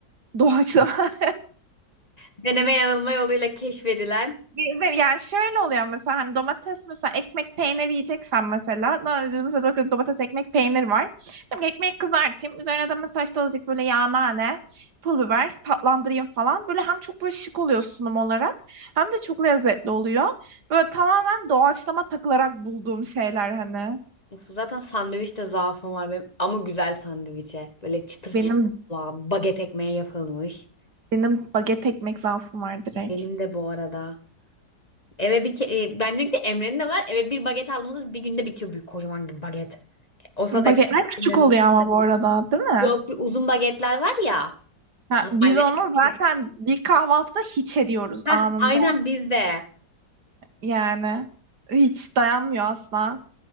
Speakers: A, on the right; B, on the left.
A: doğaçlama
B: Deneme yanılma yoluyla keşfedilen.
A: Ve- ve Yani şöyle oluyor mesela hani domates mesela ekmek peynir yiyeceksen mesela na- mesela bakıyorum domates ekmek peynir var. Diyorum ki ekmeği kızartayım. Üzerine de mesela işte azıcık böyle yağ nane pul biber tatlandırayım falan. Böyle hem çok böyle şık oluyor sunum olarak hem de çok lezzetli oluyor. Böyle tamamen doğaçlama takılarak bulduğum şeyler hani.
B: Of, zaten sandviçte zaafım var benim. Ama güzel sandviçe. Böyle çıtır çıtır
A: Benim
B: olan baget ekmeği yapılmış.
A: benim baget ekmek zaafım var direkt.
B: Benim de bu arada. Eve bir ke e, benlik de Emre'nin de var. Eve bir baget aldığımızda bir günde bitiyor büyük kocaman gibi baget. Olsa
A: Bagetler
B: da ekmek
A: küçük
B: yemem.
A: oluyor ama bu arada değil mi?
B: Yok bir uzun bagetler var ya.
A: Ha,
B: Normalleri
A: biz onu
B: küçük.
A: zaten bir kahvaltıda hiç ediyoruz
B: Hah
A: anında.
B: aynen bizde.
A: Yani hiç dayanmıyor asla.